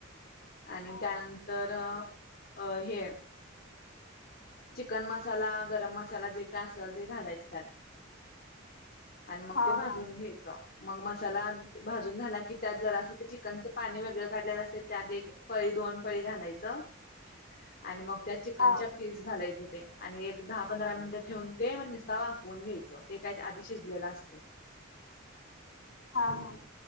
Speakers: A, on the left; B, on the left.
A: आणि
B: हा
A: त्यानंतर अ हे चिकन मसाला, गरम मसाला जे काय असल ते घालायच त्यात. आणि मग
B: हा
A: ते भाजून
B: हा
A: घ्यायचं. मग मसाला भाजून झाला की त्यात जरासं ते चिकनचं पाणी वेगळं काढलेलं असतय त्यात एक पळी दोन पळी घालायचं आणि मग त्या चिकनच्या
B: हा
A: पीस घालायचं ते आणि एक दहा पंधरा मिनिटं ठेवून ते म निस्ता वाफवून घ्यायचं. ते काय आधी शिजलेला असतोय.
B: हा हा.